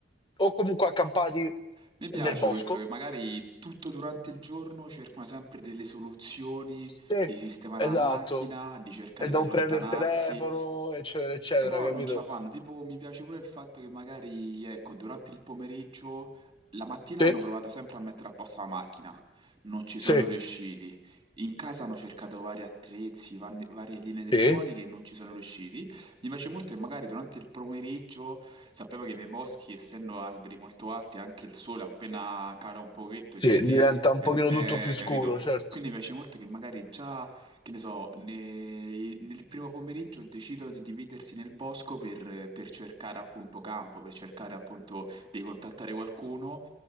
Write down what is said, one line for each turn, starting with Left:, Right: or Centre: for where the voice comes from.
Left: o comunque accampati
Right: Mi piace
Left: nel bosco.
Right: questo che magari tutto durante il giorno cercano sempre delle soluzioni,
Left: Sì,
Right: di sistemare
Left: esatto.
Right: la macchina, di cercare
Left: E non
Right: di allontanarsi.
Left: prendere il telefono, eccetera, eccetera,
Right: Però
Left: capito?
Right: non ce la fanno, tipo mi piace pure il fatto che magari, ecco, durante il pomeriggio, la mattina
Left: Sì,
Right: hanno provato sempre a mettere a posto la macchina, non ci
Left: sì,
Right: sono riusciti, in casa hanno cercato vari attrezzi, van- varie linee
Left: sì,
Right: telefoniche e non ci sono riusciti. Mi piace molto che magari durante il pomeriggio, sappiamo che nei boschi, essendo alberi molto alti, anche il sole appena cala un pochetto,
Left: sì,
Right: giù lì,
Left: diventa un pochino
Right: eh,
Left: tutto più scuro,
Right: capito?
Left: certo.
Right: Quindi mi piace molto che magari già che ne so, nei- nel primo pomeriggio decidono di dividersi nel bosco per, per cercare appunto campo, per cercare appunto di contattare qualcuno